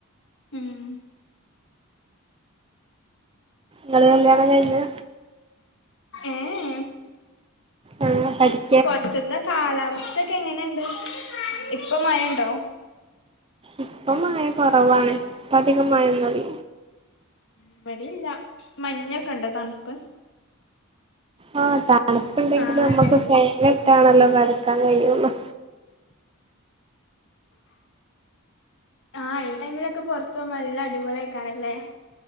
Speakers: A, on the left; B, on the right.
A: ഉം
B: നിങ്ങള് കല്ലിയാണം കയിഞ്ഞതാ
A: ഏഹെ
B: ആഹ് പഠി
A: പൊറത്ത്ത്തെ കാലാവസ്ഥക്കെ എങ്ങനെണ്ട് ഇപ്പൊ മയണ്ടോ
B: ഇപ്പൊ മയ കൊറവാണ് ഇപ്പ അധികം മഴൊന്നുല്ല
A: ഇബടില്ല മഞ്ഞൊക്കെണ്ടോ തണുപ്പ്
B: ആഹ് തണുപ്പുണ്ടെങ്കിലും
A: ആഹ്
B: നമ്മക്ക്
A: എന്തോ
B: ഫേനിട്ടാണല്ലോ കെടക്കാൻ കയ്യുള്ളൂ
A: അഹ് ഈ ടൈമിലൊക്കെ പൊറത്തു പോമ്പോ നല്ല അടിപൊളി ആയ്ക്കാരല്ലേ